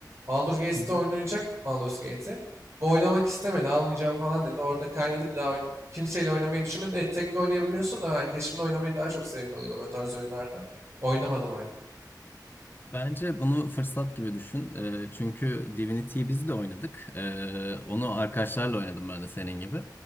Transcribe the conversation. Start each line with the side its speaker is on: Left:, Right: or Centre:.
Right: Baldur's Gate'de
Left: hı.
Right: oynayacaktık Baldur's Gate'i. Bu oynamak istemedi, almayacağım falan dedi. Orada kaynadı bir daha oyna kimseyle oynamayı düşünmedim. Evet, tek de oynayabiliyorsun da ben arkadaşımla oynamayı daha çok zevk alıyordum o tarz oyunlarda. Oynamadım hala.
Left: Bence bunu fırsat gibi düşün. Ee, çünkü Divinity'yi biz de oynadık. Ee, onu arkadaşlarla oynadım ben de senin gibi.